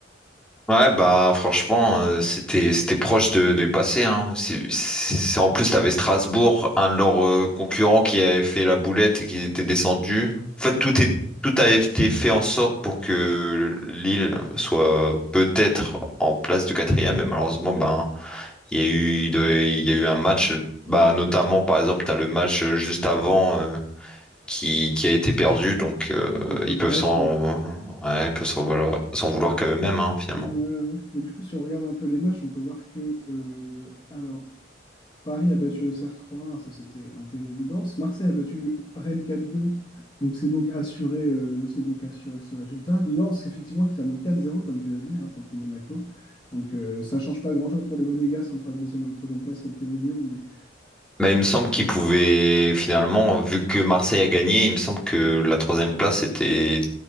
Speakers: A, in the centre; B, on the left.
A: Ouais, bah franchement, euh, c'était c'était proche de, du passé, hein. C'est, c'est- en plus, t'avais Strasbourg, un de leurs euh, concurrents qui avait fait la boulette et qui était descendu. En fait, tout est tout a été fait en sorte pour que Lille soit peut-être en place de quatrième, mais malheureusement, ben il y a eu il doit- il y a eu un match, bah notamment par exemple, t'as le match euh, juste avant euh, qui qui a été perdu, donc euh,
B: contre
A: ils
B: Brest,
A: peuvent s'en
B: ouais.
A: ouais, ils peuvent s'en vouloir, s'en vouloir qu'à eux-mêmes, hein, finalement.
B: Ouais, ouais. Mais du coup, si on regarde un peu les matchs, on peut voir que, euh, alors, Paris a battu Auxerre 3-1, ça c'était un peu une évidence. Marseille a battu Rennes quatre deux, donc c'est donc assuré, euh, c'est donc assuré ce résultat. Lens, effectivement, qui termine quatre zéro comme tu l'as dit, hein, contre Monaco. Donc euh, ça change pas grand-chose pour les Monégasques contre la deuxième et la troisième place, quelques millions. Mais
A: Mais il me semble qu'il pouvait finalement, vu que Marseille a gagné, il me semble que la troisième place était,